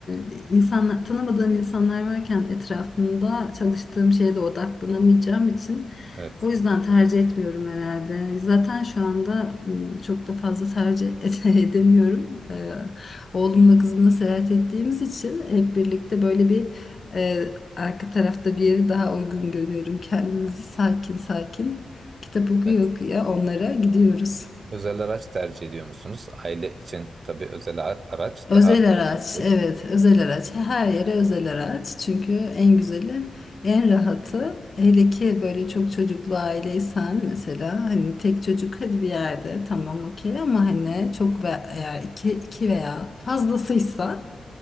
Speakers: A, on the left; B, on the right.
A: e, insanlar tanımadığım insanlar varken etrafımda çalıştığım şeye de odaklanamayacağım için
B: Evet,
A: o yüzden tercih etmiyorum herhalde. Zaten şu anda m, çok da fazla tercih <laughs> ede- edemiyorum. E, oğlumla kızımla seyahat ettiğimiz için hep birlikte böyle bir e, arka tarafta bir yeri daha uygun görüyorum. Kendimizi sakin sakin kitap okuya
B: evet.
A: okuya onlara gidiyoruz.
B: Özel araç tercih ediyor musunuz? Aile için tabii özel a- araç
A: Özel
B: daha...
A: araç,
B: Evet.
A: evet, özel araç. Her yere özel araç. Çünkü en güzeli, en rahatı. Hele ki böyle çok çocuklu aileysen mesela hani tek çocuk <laughs> hadi bir yerde tamam okey ama hani çok ve eğer iki, iki veya fazlasıysa